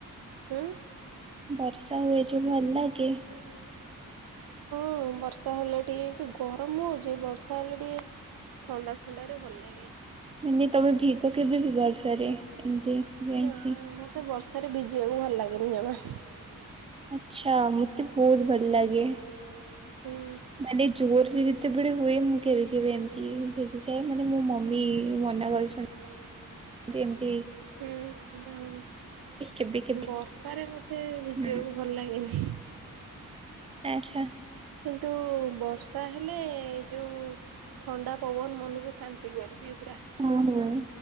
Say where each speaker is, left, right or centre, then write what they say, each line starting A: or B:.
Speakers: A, on the right; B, on the right.
A: ହୁଁ ଉଁ
B: ବର୍ଷା ହୁଏ ଯୋଉ ଭଲ ଲାଗେ?
A: ହଁ ବର୍ଷା ହେଲେ ଟିକେ ଯୋଉ ଗରମ ହଉଛି ବର୍ଷା ହେଲେ ଟିକେ ଥଣ୍ଡା ଥଣ୍ଡା ରେ ଭଲ ଲାଗେ।
B: ମାନେ ତମେ ଭିକ କେବେ ଭି ବର୍ଷାରେ ଏମିତି ଯାଇକି
A: ନା ମତେ ବର୍ଷାରେ ଭିଜିବାକୁ ଭଲ ଲାଗେନି ଜମା।
B: ଆଛା, ମତେ ବହୁତ ଭଲ ଲାଗେ।
A: ହୁଁ ଉଁ
B: ମାନେ ଜୋରରେ ଯେତେବେଳେ ହୁଏ, ମୁଁ କେବେ କେବେ ଏମିତି ଭିଜିଯାଏ, ମାନେ ମୋ ମମି ମନା କରୁଛନ୍ତି।
A: <inaudible>
B: ତି ଏମତି
A: ହୁଁ ଆଉ,
B: କେବେ କେବେ
A: ବର୍ଷାରେ ମତେ ଭିଜିବାକୁ
B: ହୁଁ
A: ଭଲ ଲାଗେନି।
B: ଆଛା।
A: କିନ୍ତୁ ବର୍ଷା ହେଲେ ଯୋଉ ଥଣ୍ଡା ପବନ ମନକୁ ଶାନ୍ତି କରିଦିଏ ପୁରା।
B: ହଁ ହଁ।